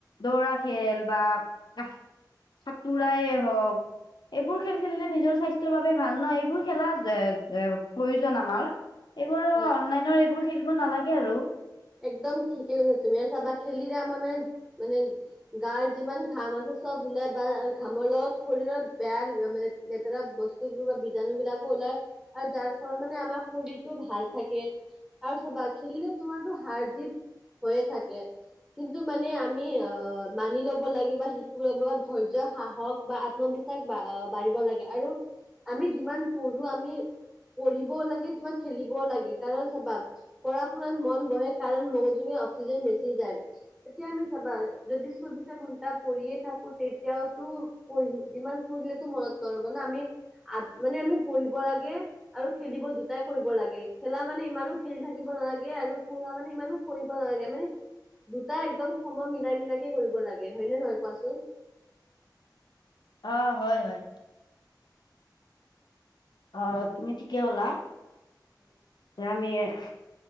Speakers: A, on the left; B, in the centre.
A: দৌৰা খেল বা সা সাতুৰাই হওঁক - এইবোৰ খেল খেলিলে নিজৰ স্বাস্থ্যৰ বাবে ভাল ন? এইবোৰ খেলা জে জে প্ৰয়োজন আমাৰ। এইবোৰ
B: হয়
A: আকৌ অনলাইনৰ এইবোৰ খেলিব নালাগে আৰু।
B: একদম ঠিকে কৈছা তুমি। এই চাবা খেলিলে আমাৰ মানে, মানে - গাৰ যিমান ঘাম আছে চব ওলাই বা ঘামৰ লগত শৰীৰৰ বেয়া লেতেৰা ব স্তুবোৰ বীজাণু বিলাকো ওলাই আৰু যাৰ ফলত মানে আমাৰ শৰীৰটো ভাল থাকে। আৰু চাবা খেলিলে তোমাৰতো হাৰ জিত হৈয়ে থাকে। কিন্তু মানে আমি অ' মানি ল'ব লাগে বা শিকিল'ব লাগে ধৈৰ্য সাহস বা আত আত্মবিশ্বাস বা বাঢ়িব লাগে, আৰু আমি যিমান পঢ়ো আমি পঢ়িবও লাগে। তোমাৰ খেলিবও লাগে, কাৰণ চাবা পঢ়া শুনাত মন বহে। কাৰণ মগজুৰে অক্সিজন বেছি যায়। এতিয়া আমি চাবা, যদি চৌবিশ এ ঘণ্টা পঢ়িয়ে থাকো, তেতিয়াতো পঢ়িল যিমান পঢ়িলেতো মনত নৰব না। আমি আত মানে আমি পঢ়িব লাগে। আৰু খেলিব দুটাই কৰিব লাগে। খেলা মানে ইমানো খেলি থাকিব নালাগে, আৰু পঢ়া মানে ইমানো পঢ়িব নালাগে। মানে দুটা একদম সময় মিলাই মিলাই কে কৰিব লাগে হয় নে নহয় কোৱাচোন?
A: আ' হয়, হয়। অ' তুমি ঠিকে ক'লা।
B: <inaudible>
A: <unintelligible>